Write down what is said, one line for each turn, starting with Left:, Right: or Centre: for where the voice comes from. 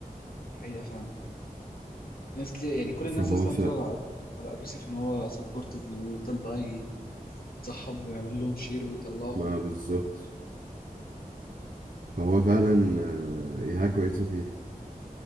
Left: يعني حقيقه فعلا ناس كتير يعني كل الناس
Right: فهو
Left: اصلا
Right: ف
Left: بتبقى على على ابيوسف ان هو سبورتيف ويفضل بقى ي- ينصحهم ويعمل لهم شير ويطلعهم
Right: ما بالظبط فهو فعلا آه، هي حاجة كويسة فيه